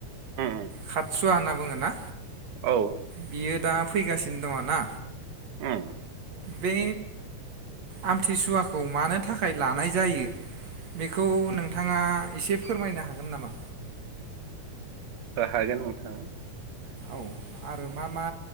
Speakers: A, on the right; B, on the right.
A: उम उम
B: खाथसुवा होनना बुङो ना
A: औ
B: बियो दा फैगासिनो दङ ना?
A: उम
B: बे आमथिसुवाखौ मानो थाखाय लानाय जायो बेखौ नोंथांङा एसे फोरमायनो हागोन नामा?
A: हागोन नोंथां।
B: औ आरो मा मा